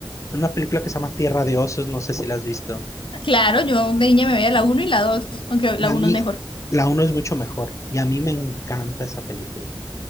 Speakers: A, on the left; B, on the left.
A: una película que se llama Tierra de Osos, no sé si la has visto.
B: Claro, yo de niña me veía la uno y la dos, aunque
A: Y
B: la
A: a
B: uno
A: mí,
B: es mejor.
A: la uno es mucho mejor. Y a mí me encanta esa película.